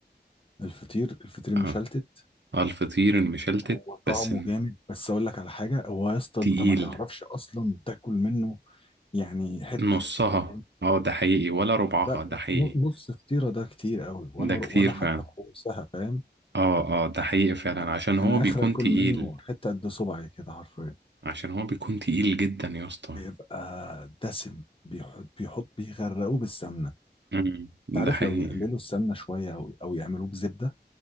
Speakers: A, on the left (about 30°); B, on the right (about 85°).
A: الفطير الفطير المشلتت
B: اه اه الفطير المشلتت
A: هو طعمه
B: بس
A: جامد بس اقول لك على حاجه هو يا اسطى
B: تقيل
A: انت ما تعرفش اصلا تاكل منه يعني حته
B: نصها
A: فاهم؟
B: اه ده حقيقي ولا ربعها
A: لا
B: ده حقيقي
A: ن- نص فطيره ده كتير قوي ولا
B: ده
A: ولا
B: كتير
A: حتى
B: فعلا
A: خمسها فاهم
B: اه اه ده حقيقي فعلا
A: يعني
B: عشان هو
A: انا
B: بيكون
A: اخر اكل
B: تقيل
A: منه حته قد صبعي كده حرفيا
B: عشان هو بيكون تقيل جدا يا اسطى
A: بيبقى دسم بيحط بيحط بيغرقوه بالسمنه
B: أمم،
A: انت
B: ده
A: عارف
B: حقيقي
A: لو يقللوا السمنه شويه او او يعملوه بزبده